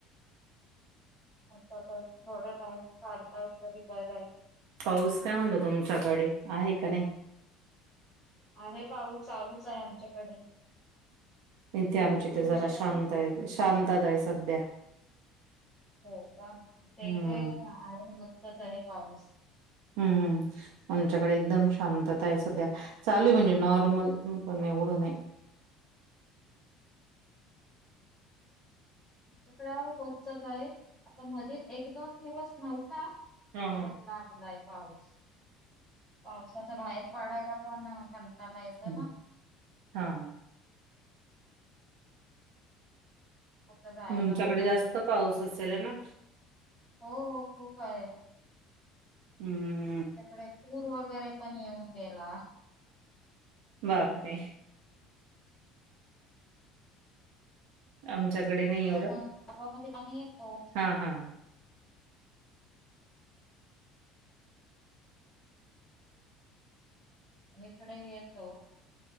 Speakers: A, in the centre; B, on the right (about 80°).
A: आता तर, थोडा टाइम काढताय तरी बरय.
B: पाऊस काय म्हणतो तुमच्याकडे आहे का नाही?
A: आहे पाऊस, चालूच आहे आमच्याकडे.
B: इथे आमची इथं, ते
A: तुमच्याकडे
B: जरा शांत आहे. शांतता आहे सध्या.
A: हो का? आमच्या
B: हम्म
A: इकडे आहे, रोजचाच आहे पाऊस.
B: हू हू. आमच्याकडे एकदम शांतता आहे सध्या, चालू आहे म्हणजे नॉर्मल पण एवढं नाही.
A: आमच्याकडे रोचच आहे आता मध्ये एक दोन दिवस नव्हता.
B: हा हा
A: तर- लागलाय पाऊस पावसाचा बाहेर पडायला पण, कंटाला येतो
B: हम्म.
A: ना.
B: हा
A: कुठं जायला
B: तुमच्याकडे
A: पण नाही
B: जास्त
A: भेट
B: पाऊस असेल ना?
A: हो हो खूप आहे.
B: हम्म्म
A: त्यांच्याकडे पूर वगैरे पण येऊन गेला.
B: बापरे! आमच्याकडे नाही एवढं
A: तर मग गावामध्ये पाणी येतो
B: हा हा.
A: इकडे येतो,